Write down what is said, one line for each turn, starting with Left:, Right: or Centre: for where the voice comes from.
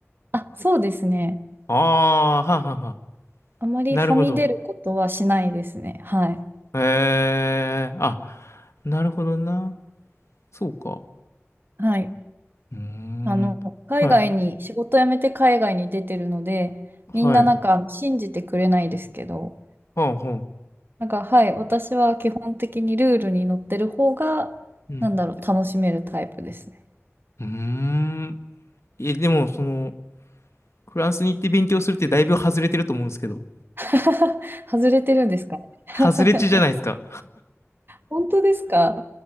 Right: あ、そうですね。
Left: ああ、ははは。
Right: あまりはみ出ることはしないですね。
Left: なるほど。
Right: はい。
Left: へえ、あ、なるほどな。そうか。
Right: はい。
Left: うーん。
Right: あの、海外に、
Left: はい。
Right: 仕事辞めて海外に出てるので、
Left: はい。
Right: みんななんかあの信じてくれないですけど、
Left: はあ、はあ。
Right: なんかはい、私は基本的にルールに乗ってる方が、
Left: うん。
Right: なんだろう、楽しめるタイプですね。
Left: うーん。え、でも、その、フランスに行って勉強するってだいぶ外れてると思うんですけど。
Right: <laughs> 外れてるんですか <laughs>
Left: 外れ値じゃないですか。
Right: 本当ですか